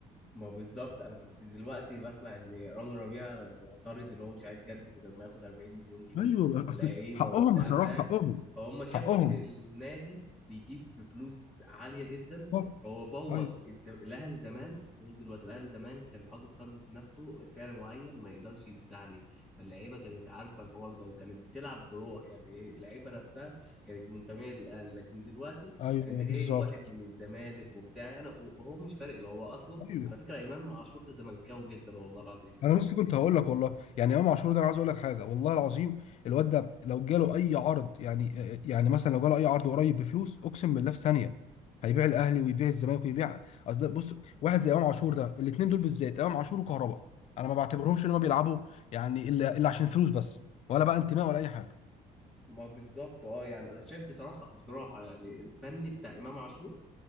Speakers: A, in the centre; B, on the left (about 50°).
A: ما بالظبط انا كنت دلوقتي بسمع ان رامي ربيعه معترض ان هو مش عايز يجدد غير ما ياخد 40 مليون جنيه
B: ايوه بقى،
A: ولعيبه
B: اصل حقهم
A: وبتاع
B: بصراحه
A: فاهم
B: حقهم
A: فهم شافوا
B: حقهم
A: ان النادي بيجيب بفلوس عاليه جدا
B: بالظبط.
A: هو بوظ
B: ايوه
A: الز- الاهلي زمان غير دلوقتي الاهلي زمان كان حاطط تارجت نفسه سعر معين ما يقدرش يزيد عليه فاللعيبه كانت عارفه الحوار ده وكانت بتلعب بروح يعني إيه، اللعيبه نفسها كانت منتميه للاهلي لكن دلوقتي
B: ايوه
A: يعني انت جايب
B: بالظبط
A: واحد من الزمالك وبتاع يعني وهو مش فارق اللي هو اصلا
B: ايوه
A: على فكرة إمام عاشور ده زملكاوي جدا والله العظيم
B: انا بس كنت هقول لك والله يعني امام عاشور ده انا عايز اقول لك حاجه والله العظيم الواد ده لو جاله اي عرض يعني يعني مثلا لو جاله اي عرض قريب بفلوس اقسم بالله في ثانيه هيبيع الاهلي ويبيع الزمالك ويبيع اصل ده بص واحد زي امام عاشور ده الاثنين دول بالذات امام عاشور وكهربا انا ما بعتبرهمش ان هم بيلعبوا يعني الا الا عشان فلوس بس ولا بقى انتماء ولا اي حاجه
A: ما بالظبط اه يعني أنا شايف بصراحة بصراحة يعني الفني بتاع إمام عاشور